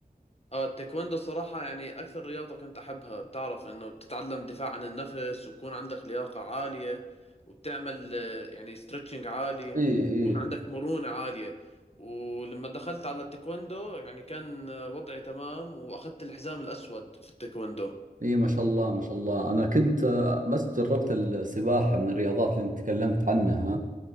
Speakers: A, on the left; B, on the right.
A: اه التايكوندو الصراحة يعني أكثر رياضة كنت أحبها بتعرف إنه بتتعلم دفاع عن النفس وبكون عندك لياقة عالية وبتعمل آه، يعني ستريتشنج عالي
B: اي اي
A: بكون عندك مرونة عالية ولما دخلت على التايكوندو يعني كان آه، وضعي تمام وأخذت الحزام الأسود في التايكوندو
B: اي ما شاء الله ما شاء الله انا كنت آه، بس جربت السباحة من الرياضات اللي انت تكلمت عنها